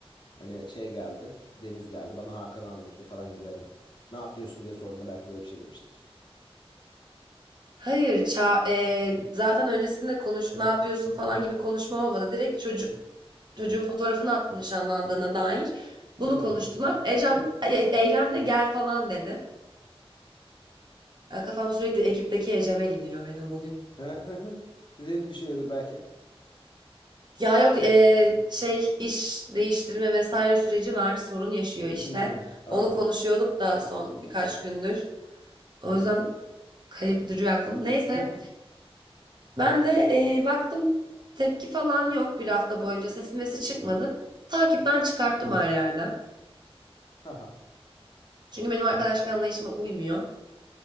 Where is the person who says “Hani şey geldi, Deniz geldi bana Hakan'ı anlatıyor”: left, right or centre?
Left